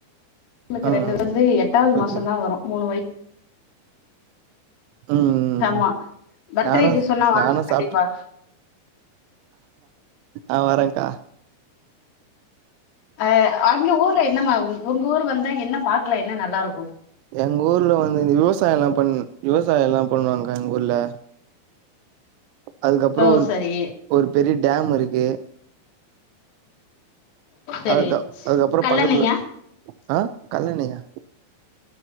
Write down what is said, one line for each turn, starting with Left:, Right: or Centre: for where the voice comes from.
Left: இன்னக்கி
Right: ஆ
Left: ரெண்டு வந்து எட்டாவ்து
Right: ஓகே
Left: மாசந்தா வரு மூணு வய்
Right: ம்
Left: ஆமா பர்த்டேக்கு
Right: நானு
Left: சொன்னா வாங்க
Right: நானு
Left: கண்டிப்பா
Right: சாப்ட்டு ஆ வரன்க்கா
Left: அ அங்க ஊர்ல என்னமா ஊ ஒங்கூரு வந்தா என்ன பாக்லா என்ன நல்லா இருக்கு
Right: எங் ஊர்ல வந்து இந்த விவசாயலா பண் விவசாயலா பண்ணுவாங்க எங்க ஊர்ல அதுக்கப்றோ
Left: ஓ
Right: ஒரு
Left: சரி
Right: ஒரு பெரிய டேம் இருக்கு
Left: சரி
Right: அதுதா அதுக்கப்றோ
Left: கல்லணையா
Right: பக்கத்துல ஆ கல்லணையா